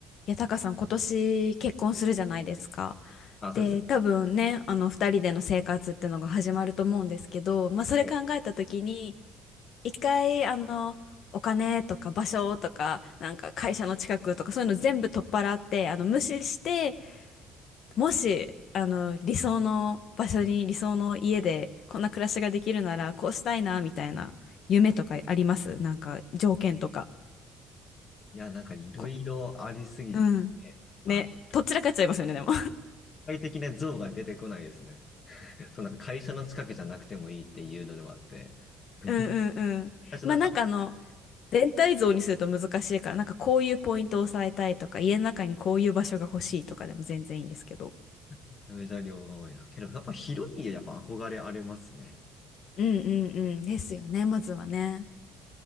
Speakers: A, on the left; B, on the left.
A: いや、タカさん、今年結婚するじゃないですか。
B: あ、そうですね。
A: で、多分ね、あの、二人での生活ってのが始まると思うんですけど、まあ、それ考えた時に、
B: い
A: 一回、あの、お金とか場所とか、なんか会社の近くとか、そういうの全部取っ払って、あの、無視して、もし、あの、理想の場所に、理想の家で、こんな暮らしができるなら、こうしたいな、みたいな、夢とかありますなんか、条件とか。
B: や、なんかいろいろありすぎて、
A: こうん。ね、
B: あの、具
A: とっちらかっちゃいますよね、でも。
B: 体的な像が出てこないですね。<laughs> そう、なんか会社の近くじゃなくてもいいっていうのでもあって。<laughs>
A: うんうんうん。
B: 私なんか、
A: まあなんかあの、全体像にすると難しいから、なんかこういうポイントを押さえたいとか、家の中にこういう場所が欲しいとかでも全然いいんですけど。
B: めちゃめちゃ量が多いな。けど、やっぱ広い家やっぱ憧れありますね。
A: うんうんうん。ですよね、まずはね。